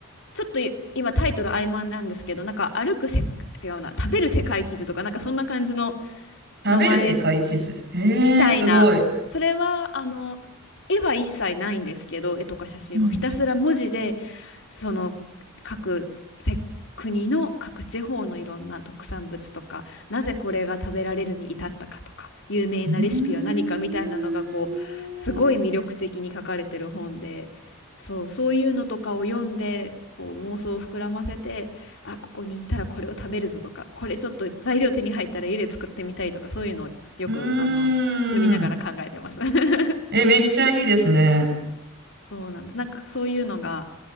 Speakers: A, on the left; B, on the right.
A: ちょっと今タイトル曖昧なんですけどなんか歩くせ違うな食べる世界地図とかなんかそんな感じの
B: 食べる世界地図。
A: 名前
B: ええー、
A: みたいなそれはあの絵は一切ないんですけど絵とか写真はひたすら文字で
B: すごい。うん。
A: その各せ国の各地方のいろんな特産物とかなぜこれが食べられるに至ったかとか有名なレシピは何かみたいなのがこうすごい魅力的に書かれてる本でそう、
B: うーん。
A: そういうのとかを読んでこう妄想を膨らませてあここに行ったらこれを食べるぞとかこれちょっと材料手に入ったら家で作ってみたいとかそういうのをよくあの読みながら考えてます。
B: うーん。
A: <laughs>
B: え、めっちゃいいですね。
A: そうなんです。なんかそういうのが